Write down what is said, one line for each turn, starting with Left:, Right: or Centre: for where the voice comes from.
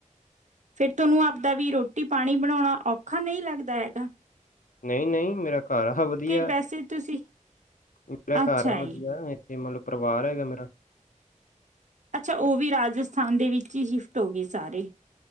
Right: ਫੇਰ ਤਾਨੂੰ ਆਪਦਾ ਵੀ ਰੋਟੀ ਪਾਣੀ ਬਣਾਉਣਾ ਔਖਾ ਨਹੀਂ ਲੱਗਦਾ ਹੈਗਾ।
Left: ਨਹੀਂ -ਨਹੀਂ ਮੇਰਾ ਘਰ ਆ ਵਧੀਆ।
Right: ਕਿ ਵੈਸੇ ਤੁਸੀਂ
Left: ਮੇਰਾ
Right: ਅੱਛਾ
Left: ਘਰ ਆ ਵਧੀਆ
Right: ਜੀ
Left: ਤੇ ਮਤਲਬ ਪਰਿਵਾਰ ਹੈਗਾ ਮੇਰਾ।
Right: ਅੱਛਾ ਉਹ ਵੀ ਰਾਜਸਥਾਨ ਦੇ ਵਿੱਚ ਹੀ ਸ਼ਿਫਟ ਹੋ ਗਏ ਸਾਰੇ।